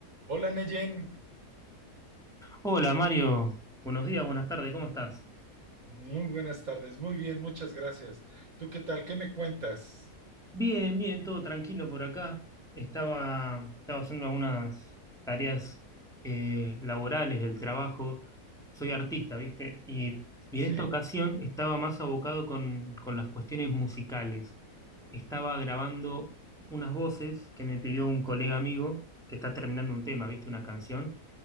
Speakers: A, on the right (about 60°); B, in the centre.
A: Hola Neyen,
B: Hola Mario, buenos días, buenas tardes, ¿cómo estás?
A: muy buenas tardes, muy bien, muchas gracias. ¿Tú qué tal? ¿Qué me cuentas?
B: Bien, bien, todo tranquilo por acá. Estaba, estaba haciendo algunas tareas eh, laborales del trabajo. Soy artista, ¿viste? Y, y
A: Sí.
B: en esta ocasión estaba más abocado con, con las cuestiones musicales. Estaba grabando unas voces que me pidió un colega amigo que está terminando un tema, ¿viste? Una canción.